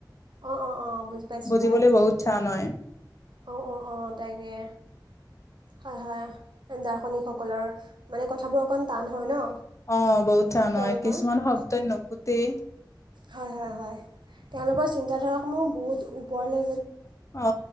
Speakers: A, on the right (about 80°); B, on the left (about 40°).
A: অ', অ', অ', বুজি পাইছোঁ
B: বুজিবলৈ
A: হয়।
B: বহুত টান হয়।
A: অ'অ' অ' তাকে। হয় হয় দাৰ্শনিকসকলৰ মানে কথাবোৰ অকণ টান হয় ন।
B: অ বহুত টান
A: তেওঁলোকৰ
B: হয় কিছুমান শব্দই নুফুতেই।
A: হয়, হয়, হয়, তেওঁলোকৰ চিন্তাধাৰাসমূহ বহুত ওপৰলে
B: অ